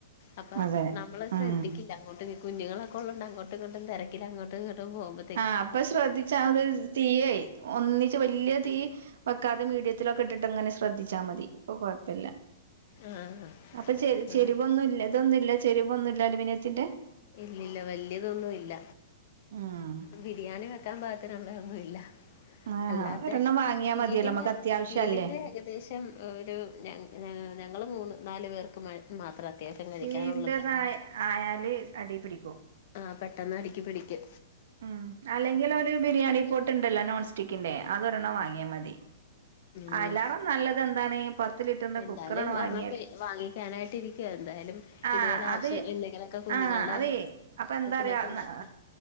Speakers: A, on the left (about 35°); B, on the right (about 55°).
A: അപ്പ
B: അതെ
A: നമ്മള്
B: ഉം
A: ശ്രദ്ധിക്ക് ക്കില്ല അങ്ങോട്ട് ഈ കുഞ്ഞുങ്ങളൊക്കെ ഒള്ളോണ്ട് അങ്ങോട്ടു ഇങ്ങോട്ടും തെരക്കിലങ്ങോട്ടും ഇങ്ങോട്ടും പോവുമ്പ
B: ആഹ് അപ്പത് ശ്രദ്ധിച്ചാ അത് തീയേയ് ഒന്നിച്ച് വല്ല്യ തീ വെക്കാതെ മീഡിയത്തിലൊക്കെ ഇട്ടിട്ടങ്ങനെ ശ്രദ്ധിച്ചാ മതി അപ്പൊ കൊഴപ്പല്ല
A: ആഹ്
B: അപ്പ ചെര് ചെരുവൊന്നുല്ലത്
A: ആഹ്
B: ഇതൊന്നില്ല ചെരുവൊന്നുല്ല അലുമിനിയത്തിന്റെ
A: ഇല്ലില്ല വല്ല്യതൊന്നുവില്ല
B: ഉം
A: ബിരിയാണി വെക്കാൻ പാകത്തിനുള്ളത് ഒന്നുവില്ല
B: ആഹ്
A: അല്ലാത്തെ
B: ഒരെണ്ണം വാങ്ങിയാ
A: സ്റ്റീലിന്റെ
B: മതിയല്ലോ നമുക്ക് അത്യാവശ്യല്ലേ
A: സ്റ്റീലിന്റെ ഏകദേശ് ശം ഒരു ഞങ്ങ് ഞാ ഞങ്ങള് മൂന്ന് നാല് പേർക്ക് മേ മാത്രം അത്യാവശ്യം കഴിക്കാനൊള്ളത്
B: സ്റ്റീലിന്റെതായ ആയാല് അടീ പിടിക്കും
A: ആഹ് പെട്ടെന്നടിക്ക് പിടിക്ക്
B: ഉം അല്ലെങ്കിലൊരു ബിരിയാണി പോട്ട്ണ്ടല്ലോ നോൺ സ്റ്റിക്കിന്റെ അതൊരെണ്ണം വാങ്ങിയാ മതി
A: ഉം
B: അയിലേറെ നല്ലതെന്താണീ പത്ത് ലിറ്ററിന്റെ
A: എന്തായാലും
B: കുക്കറാണ് വാങ്ങിയാല്
A: ഒരെണ്ണം വാങ്ങിക്കാനായിട്ട് ഇരിക്കുവ എന്തായാലും
B: ആഹ്
A: ഇതുപോലെ ആവശ്യം
B: അത്
A: എന്തെങ്കിലുമൊക്കെ കുഞ്ഞുങ്ങളുടെ
B: ആഹ് അതേ
A: ആവശ്യത്തിനൊക്കെ
B: അപ്പെന്താ അറിയോ
A: ഉണ്ടാക്കണ്ടേ
B: നാ